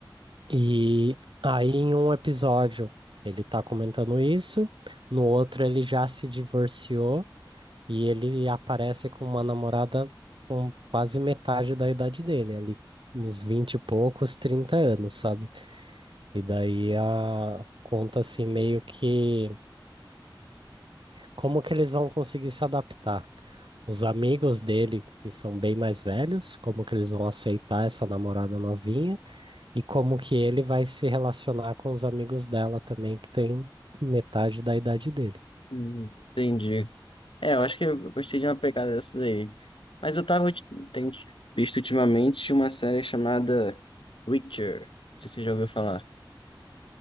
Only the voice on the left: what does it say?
Hum, Entendi. É, eu acho que eu gostei de uma pegada dessa daí. Mas eu tava ulti- tenho visto ultimamente uma série chamada Witcher. Não sei se você já ouviu falar.